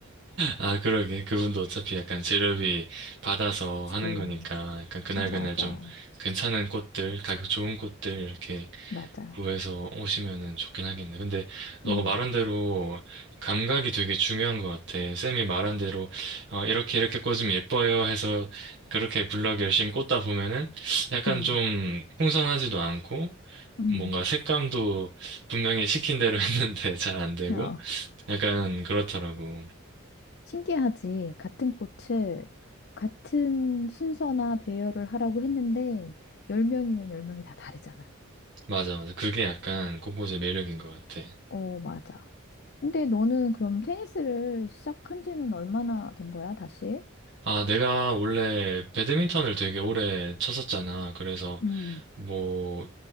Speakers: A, on the right (about 60°); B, on the left (about 50°).
A: 아, 그러게. 그분도 어차피 약간 재료비 받아서
B: 그치.
A: 하는 거니까, 약간 그날그날
B: 맞아.
A: 좀 괜찮은 꽃들, 가격 좋은 꽃들, 이렇게
B: 맞아.
A: 구해서 오시면은 좋긴 하겠네. 근데 너가
B: 음,
A: 말한 대로 감각이 되게 중요한 것 같아. 쌤이 말한 대로 어, 이렇게 이렇게 꽂으면 예뻐요 해서 그렇게 블럭 열심히 꽂다 보면은 약간
B: 음,
A: 좀 풍성하지도 않고
B: 음.
A: 뭔가 색감도 분명히 시킨 대로 <laughs> 했는데 잘 안 되고
B: 어,
A: 약간 그렇더라고.
B: 신기하지. 같은 꽃을 같은 순서나 배열을 하라고 했는데, 10명이면 10명이 다 다르잖아.
A: 맞아, 맞아. 그게 약간 꽃꽂이의 매력인 것 같아.
B: 어, 맞아. 근데 너는 그럼 테니스를 시작한 지는 얼마나 된 거야, 다시?
A: 아, 내가 원래 배드민턴을 되게 오래 쳤었잖아. 그래서
B: 음,
A: 뭐